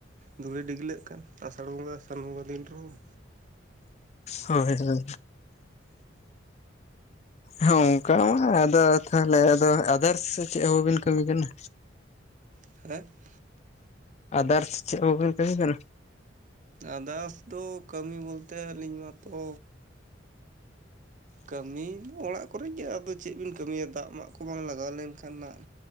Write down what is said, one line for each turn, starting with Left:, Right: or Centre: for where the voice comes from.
Right: ᱫᱩᱲᱤ ᱰᱤᱜᱽᱞᱟᱹᱜ ᱠᱟᱱ ᱟᱸᱥᱟᱲ ᱵᱚᱸᱜᱟ ᱥᱟᱱ ᱵᱚᱸᱜᱟ ᱫᱤᱱ ᱨᱮᱦᱚᱸ᱾
Left: ᱦᱳᱭ ᱦᱳᱭ᱾ ᱦᱮᱸ ᱚᱝᱠᱟ ᱢᱟ ᱟᱫᱚ ᱛᱟᱦᱚᱞᱮ ᱟᱫᱚ ᱟᱫᱟᱨᱥ <inaudible> ᱪᱮᱫ ᱦᱚᱸ ᱵᱟᱵᱤᱱ ᱠᱟᱹᱢᱤ ᱠᱟᱱᱟ?
Right: <unintelligible>
Left: ᱟᱫᱟᱨᱥ ᱪᱮᱫ ᱦᱚᱸ ᱵᱟᱵᱤᱱ ᱠᱟᱹᱢᱤ ᱠᱟᱱᱟ?
Right: ᱟᱫᱟᱥ ᱫᱚ ᱠᱟᱹᱢᱤ ᱵᱚᱞᱛᱮ ᱟᱹᱞᱤᱧ ᱢᱟᱛᱚ ᱠᱟᱹᱢᱤ ᱫᱚ ᱚᱲᱟᱜ ᱠᱚᱨᱮ ᱜᱮ ᱟᱫᱚ ᱪᱮᱫ ᱵᱤᱱ ᱠᱟᱹᱢᱤᱭᱟ ᱫᱟᱜ ᱢᱟᱜ ᱠᱚ ᱵᱟᱝ ᱞᱟᱜᱟᱣ ᱞᱮᱱᱠᱷᱟᱱ ᱱᱟᱜ᱾